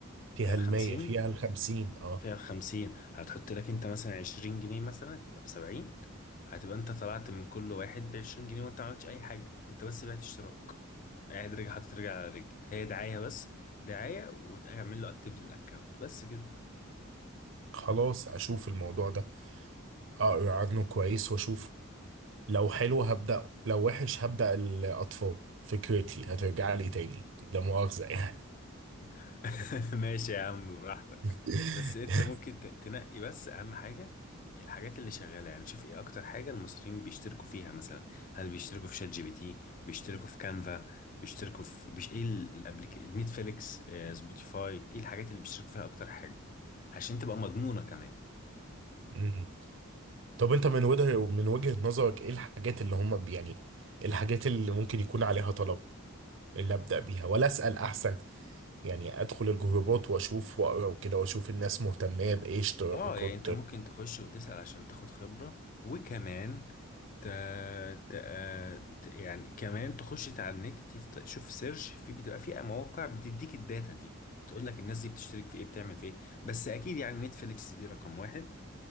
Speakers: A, on the right (about 60°); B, on the left (about 40°).
A: فيها
B: فيها الخمسين
A: المية فيها الخمسين اه
B: فيها الخمسين هتحط لك انت مثلا عشرين جنيه مثلا تبقى بسبعين هتبقى انت طلعت من كل واحد بعشرين جنيه وانت ما عملتش اي حاجة انت بس بعت اشتراك قاعد رجع حاطط رجل على رجل هي دعاية بس دعاية وتعمل له اكتيف للاكونت بس كده
A: خلاص اشوف الموضوع ده اقرا عنه كويس واشوفه لو حلو هبدأه لو وحش هبدأ الاطفال فكرتي هترجع لي تاني لا مؤاخذة يعني
B: <laughs> ماشي يا عم براحتك
A: <laughs>
B: بس انت ممكن ت- تنقي بس اهم حاجة الحاجات اللي شغالة يعني شوف ايه اكتر حاجة المصريين بيشتركوا فيها مثلا هل بيشتركوا في شات جي بي تي بيشتركوا في كانفا بيشتركوا في بيش ايه الابليك نتفليكس آه، سبوتيفاي ايه الحاجات اللي بيشتركوا فيها اكتر حاجة عشان تبقى مضمونة كمان
A: مم. طب انت من وجهة من وجهة نظرك ايه الحاجات اللي هم بي- يعني الحاجات اللي ممكن يكون عليها طلب اللي ابدأ بيها ولا اسأل احسن يعني ادخل الجروبات واشوف واقرا وكده واشوف الناس مهتمه بايه اشتراكات
B: اه يعني انت ممكن تخش وتسأل عشان تاخد خبرة وكمان ت... ت... آه، ت... يعني كمان تخش على النت تفت... شوف سيرش في بتبقى في مواقع بتديك الداتا دي بتقول لك الناس دي بتشترك في ايه بتعمل في ايه بس اكيد يعني نتفليكس دي رقم واحد